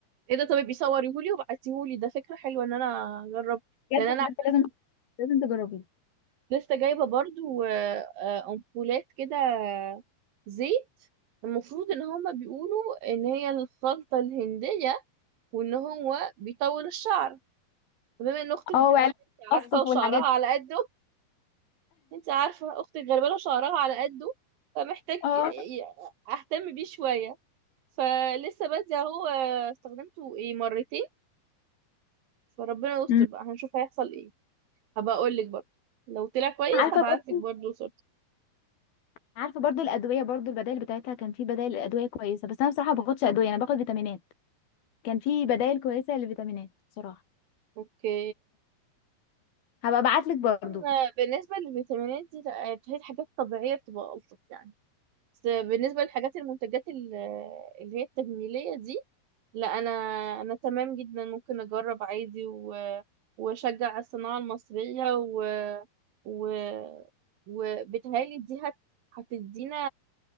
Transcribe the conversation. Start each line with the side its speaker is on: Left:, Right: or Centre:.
Right: ايه ده طب بيصوريهولي وبعتيهولي ده فكرة حلوة ان انا اجرب
Left: بجد
Right: لان انا
Left: بجد لازم لازم تجربيه
Right: لسه جايبة برضو آه، آه، امبولات كده زيت المفروض ان هما بيقولوا ان هي الخلطة الهندية وان هو بيطول الشعر بما ان اختك
Left: اه
Right: غالبا
Left: وعلب القصف
Right: عارفة وشعرها
Left: والحاجات دي.
Right: على قد انت عارفة اختي الغلبانة شعرها على قده فمحتاج
Left: اه
Right: ي- اهتم بيه شوية فلسه بادئة اهو آه، استخدمته ايه مرتين فربنا يستر
Left: أمم.
Right: بقى هنشوف هيحصل ايه هبقى اقول لك برضه لو طلع كويس
Left: عارفه
Right: هبعت
Left: برضو
Right: لك برضه صورته
Left: عارفه برضو الادويه برضو البدائل بتاعتها كان في بدائل الادويه كويسه بس انا بصراحه ما باخدش ادويه انا باخد فيتامينات كان في بدائل كويسه للفيتامينات بصراحه
Right: اوكي
Left: هبقى ابعتلك برضو
Right: انا بالنسبة للفيتامينات دي لا، هي الحاجات الطبيعية بتبقى ألطف يعني بس بالنسبة للحاجات المنتجات ال- اللي هي التجميلية دي لا انا انا تمام جدا ممكن اجرب عادي و... واشجع على الصناعه المصريه و... و... وبتهيألي دي هت... هتدينا